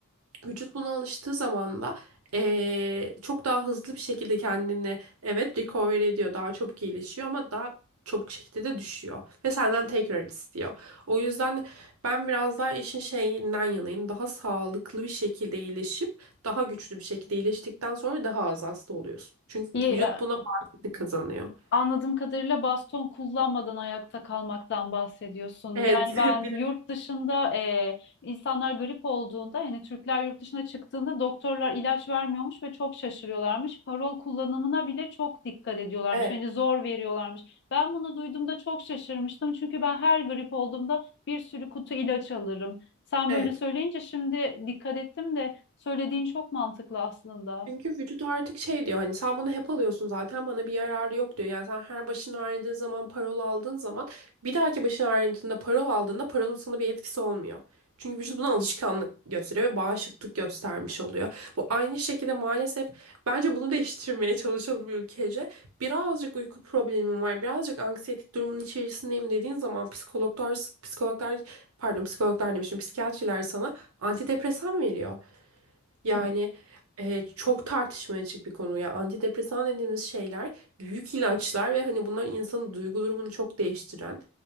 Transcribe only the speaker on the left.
İyi,
Anladığım kadarıyla baston kullanmadan ayakta kalmaktan bahsediyorsun.
Yani ben
yurt dışında e, insanlar grip olduğunda yani Türkler yurt dışına çıktığında doktorlar ilaç vermiyormuş ve çok şaşırıyorlarmış. Parol kullanımına bile çok dikkat ediyorlarmış.
Hani zor veriyorlarmış. Ben bunu duyduğumda çok şaşırmıştım. Çünkü ben her grip olduğumda bir sürü kutu ilaç alırım. Sen
böyle söyleyince şimdi dikkat ettim de söylediğin çok mantıklı aslında.
Hı.